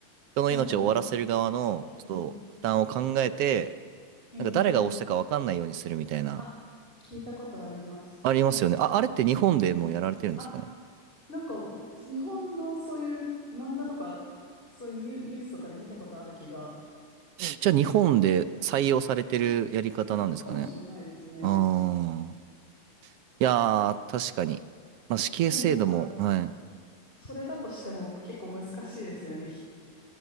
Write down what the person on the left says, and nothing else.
はいはい。えー
えー
あ、聞いたことあります。
えーあ、なんか、日本のそういう漫画とか、そういうニュー、ニュースとかで見たことある気が、
かもしれ、うん、かもしれないですね。
でもなんか、
それだとしても結構難しいですよね。ひ